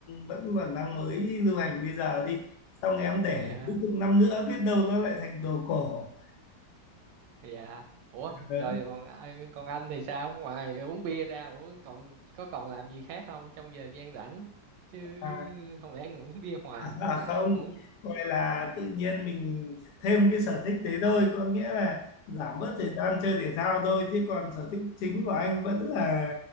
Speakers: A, on the left; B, on the right.
A: vẫn còn đang mới lưu hành bây giờ đi xong em để
B: dạ
A: cuối cùng năm nữa biết đâu nó lại thành đồ cổ
B: dạ ủa
A: Đó.
B: rồi còn ai- còn anh thì sao ngoài uống bia ra ủa còn có còn làm gì khác không trong giờ gian rảnh chứ
A: à,
B: không lẽ ngồi uống bia hoài
A: à
B: cũng
A: không
B: cũng
A: gọi là tự nhiên mình thêm cái sở thích đấy thôi có nghĩa là giảm bớt thời gian chơi thể thao thôi chứ còn sở thích chính của anh vẫn là